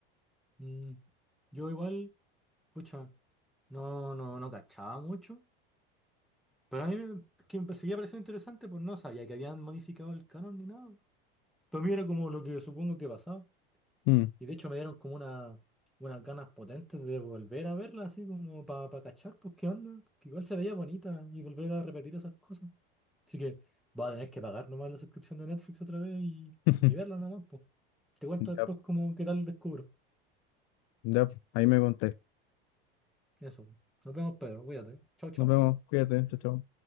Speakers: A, in the centre; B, on the left.
A: mm, yo igual, pucha, no, no, no cachaba mucho. Pero a mí me- que me seguía pareciendo interesante, pues no sabía que habían modificado el canon ni nada. Para mí era como lo que supongo que pasaba.
B: Mm.
A: Y de hecho me dieron como una, unas ganas potentes de volver a verla, así como para cachar, pues qué onda, que igual se veía bonita y volver a repetir esas cosas. Así que va a tener que pagar nomás la suscripción de Netflix otra vez y,
B: <laughs>
A: y verla nomás, pues. Te cuento
B: Ya,
A: después como qué tal descubro.
B: ya, ahí me contáis.
A: Eso. Nos vemos, Pedro. Cuídate. Chao, chao.
B: Nos vemos, cuídate, chao, chao.